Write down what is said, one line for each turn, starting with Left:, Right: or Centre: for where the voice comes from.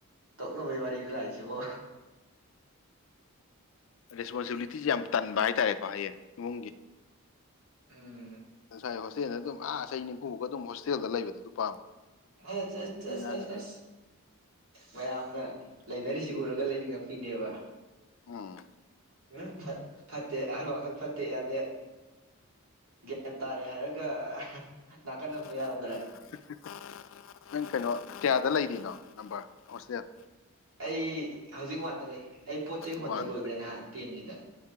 Right: ꯇꯣꯛꯅꯕꯩ ꯋꯥꯔꯤꯗ ꯂꯥꯛꯏꯁꯤꯕꯣ
Left: ꯔꯦꯁꯄꯣꯟꯁꯤꯕꯤꯂꯤꯇꯤꯁꯤ ꯌꯥꯝ ꯇꯟꯕ ꯍꯥꯏꯇꯥꯔꯦꯀꯣ ꯍꯌꯦꯡ ꯏꯃꯨꯡꯒꯤ
Right: ꯎꯝ
Left: ꯉꯁꯥꯏ ꯍꯣꯁꯇꯦꯜꯗ ꯑꯗꯨꯝ ꯑꯥ ꯆꯍꯤ ꯅꯤꯐꯨꯃꯨꯛꯀꯥ ꯑꯗꯨꯝ ꯍꯣꯁꯇꯦꯜꯗ ꯂꯩꯕꯗꯨ ꯑꯗꯨ ꯄꯥꯝꯕ
Right: ꯑꯥ ꯑꯁ
Left: ꯅꯨꯄꯤ
Right: ꯑꯁ
Left: ꯑꯉꯥꯡ
Right: ꯑꯁ
Left: ꯅꯠꯇꯦ.
Right: ꯑꯁ ꯃꯌꯥꯝꯅ ꯂꯩꯅꯔꯤꯁꯤ ꯎꯔꯒ ꯂꯩꯅꯤꯡꯉꯛꯄꯤꯅꯦꯕ
Left: ꯎꯝ
Right: ꯎꯝ ꯐꯠ ꯐꯠꯇꯦ ꯑꯍꯜ ꯋꯥꯈꯜ ꯐꯠꯇꯦ ꯌꯥꯗꯦ ꯒ꯭ꯌꯥꯟ ꯇꯥꯔꯦ ꯍꯥꯏꯔꯒ ꯅꯥꯀꯟ
Left: <unintelligible>
Right: ꯑꯝꯗ ꯌꯥꯔꯝꯗ꯭ꯔꯦ
Left: ꯅꯪ ꯀꯩꯅꯣ ꯀꯤꯌꯥꯗ ꯂꯩꯔꯤꯅꯣ ꯅꯝꯕꯔ ꯍꯣꯁꯇꯦꯜ
Right: ꯑꯩ ꯍꯧꯖꯤꯛ ꯋꯥꯟꯗ ꯂꯩ ꯑꯩ ꯄꯣꯠ ꯆꯩ ꯍꯣꯟꯗ
Left: ꯋꯥꯟꯗ
Right: ꯂꯣꯏꯈ꯭ꯔꯦ ꯅꯍꯥꯟ ꯇꯦꯟꯒꯤꯗ